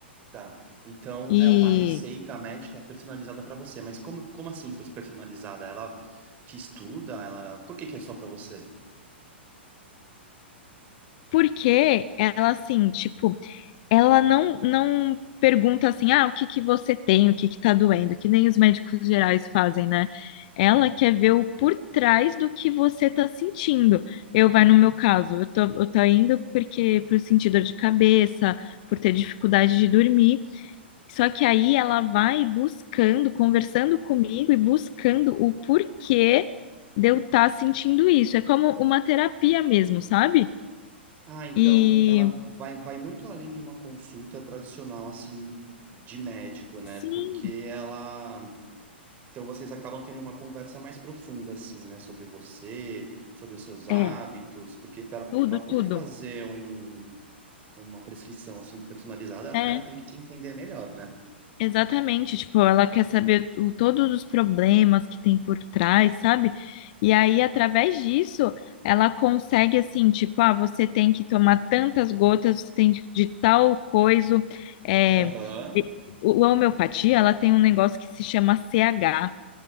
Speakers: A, on the right (about 25°); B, on the left (about 45°).
A: tá. Então,
B: E
A: é uma receita médica personalizada para você. Mas como, como assim personalizada? Ela te estuda? Ela... Por que que é só para você?
B: porque ela, assim, tipo, ela não, não pergunta assim, ah, o que que você tem, o que que tá doendo, que nem os médicos gerais fazem, né? Ela quer ver o por trás do que você tá sentindo. Eu, vai no meu caso, eu tô, eu tô indo porque por sentir dor de cabeça, por ter dificuldade de dormir. Só que aí ela vai buscando, conversando comigo e buscando o porquê de eu estar sentindo isso. É como uma terapia mesmo, sabe?
A: Ah, então
B: E
A: ela vai, vai muito além de uma consulta tradicional, assim, de médico, né?
B: sim,
A: Porque ela. Então vocês acabam tendo uma conversa mais profunda, assim, né? Sobre você, sobre os seus hábitos,
B: é,
A: porque para para
B: tudo,
A: poder
B: tudo.
A: fazer um, uma prescrição, assim, personalizada,
B: É,
A: ela, tem que te entender melhor, né?
B: exatamente. Tipo, ela quer saber o, todos os problemas que tem por trás, sabe? E aí, através disso, ela consegue, assim, tipo, ah, você tem que tomar tantas gotas, você tem de, de tal coisa. É,
A: Aham.
B: e- o, a homeopatia, ela tem um negócio que se chama CH.